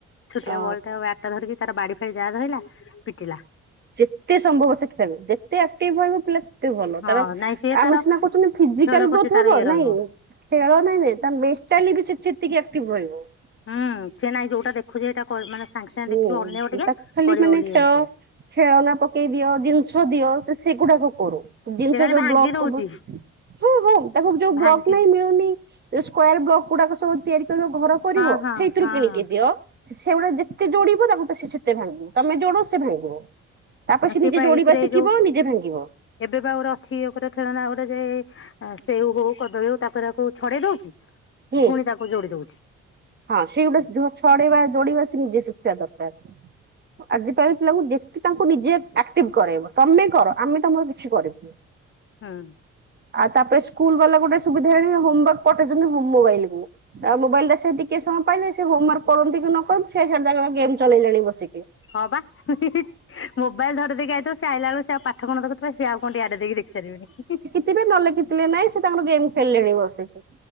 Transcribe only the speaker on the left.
ଛୋଟିଆ
ବଲ୍ ଟା ଆଉ ବ୍ୟାଟ୍ ଟା ଧରିକି ତାର ବାଡ଼ି ଫାଡ଼ି ଯାହା ଧଇଲା ପିଟିଲା।
ହଁ
ନାଇଁ ସିଏ
ତାର
ଖେଳ ପ୍ରତି
ତାର
ଇଏ ରହିବ।
ହୁଁ ସେ ନାଇଁ ଯୋଉଟା ଦେଖୁଚି ହେଇଟା କ ମାନେ ସାଙ୍ଗେ ସାଙ୍ଗେ
ଦେଖିବ ଅନେଇବ
ଟିକେ
କରିବ
ବୋଲି
ଇଏ ହଉଥିବ।
ସେ ଖାଲି
ଭାଙ୍ଗି
ଦଉଛି
ଭାଙ୍ଗି
ହଁ ହଁ
ହଁ
ସିଏ
ପା
ଏଇଥିରେ
ଏଇ ଯୋଉ
ଏବେ ପା ଗୁରେ ଅଛି ଓପରେ ଖେଳନା ଓଡ଼େ ଯେ ଏଁ ସେଉ ହଉ କଦଳୀ ହଉ ତାକୁ ରାକୁ ଛଡ଼େଇ ଦଉଛି
ଫୁଣି ତାକୁ ଯୋଡ଼ି ଦଉଛି।
ହଁ।
ହଁ ପା ମୋବାଇଲ୍ ଧରେଇଦେଇକି ଆଇଥିବ ସେ ଆଇଲା ଅଳୁ ସେ ଆଉ ପା ଠ କଣ ଦେଖଥୁବେ ସିଏ ଆଉ କଣ ଟିକେ ଆଡ଼େଇ ଦେଇକି ଦେଖିସାରିବେଣି।